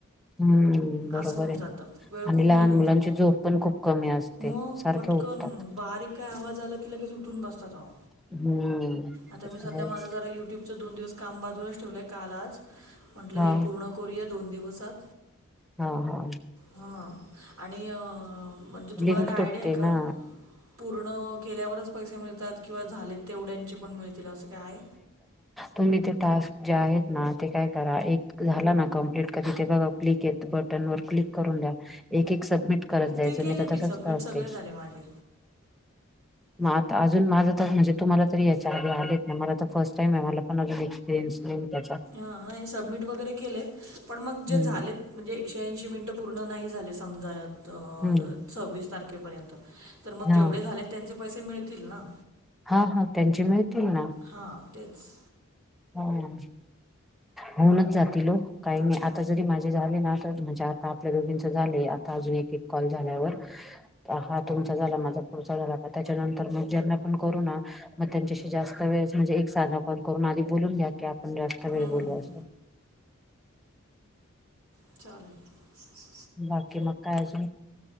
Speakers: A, in the centre; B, on the right.
A: हम्म. बरोबर
B: असं होऊन
A: आहे,
B: जातं वेळ
A: आणि
B: खूप
A: लहान
B: निघून
A: मुलांची
B: जातो
A: झोप पण खूप कमी असते
B: मग
A: सारखे
B: पटकन
A: उठतात.
B: बारीक काय आवाज आला की लगेच उठून बसतात ह.
A: हम्म
B: आता
A: ते
B: मी
A: तर
B: सध्या
A: आहेच.
B: माझं जरा युट्यूबचं दोन दिवस काम बाजूला ठेवलंय. काल, आज म्हंटलं
A: हा
B: हे पूर्ण करूया दोन दिवसात.
A: हा हा.
B: हा. आणि ह म्हणजे तुम्हाला
A: लिंक
B: काय
A: तुटते
B: आयडिया आहे का?
A: ना
B: पूर्ण केल्यावरच पैसे मिळतात किंवा झालेत तेवढ्यांचे पण मिळतील असं काय हाय?
A: तुम्ही तिथं अस जे आहेत ना ते काय करा एक झाल ना कम्प जितक तिथे बघाव क्लिक, बटन वर क्लिक करून द्या एकेक करून द्या सबमिट. करत जायचं
B: ते केले
A: मी तर तसच
B: सबमिट
A: करते.
B: सगळे झाले माझे
A: मग आता अजून माझ तर म्हणजे तुम्हाला तरी याच्या आधी आले. मला तर फर्स्ट टाईम आहे, मला पण असून एक्सपिरीयन्स नाही. त्याचा
B: हा सबमिट वगैरे केलेत, पण मग जे
A: हम्म
B: झालेत म्हणजे एकशे ऐंशी मिनट. पूर्ण नाही झाले समजात
A: हम्म
B: सव्वीस तारखेपर्यंत तर मग
A: हा
B: जेवढे झालेत त्यांचे पैसे मिळतील ना?
A: हा हा त्यांचे मिळतील ना?
B: हा तेच.
A: ह होऊनच जातील ओ. काही नाही आता जरी माझे झाले ना? तर म्हणजे आता आपल्या दोघींच झाले आता अजून एक एक कॉल झाल्यावर हा तुमचा. झाला माझा पुढचा झाला का? त्याच्यानंतर मग ज्यांना पण करू ना?? मग त्यांच्याशी जास्त वेळेस म्हणजे एक साधा कॉल करून. ते बोलून घ्या की आपण जास्त वेळ
B: हम्म,
A: बोलू
B: हम्म.
A: अस.
B: चालेल.
A: बाकी मग काय अजुन?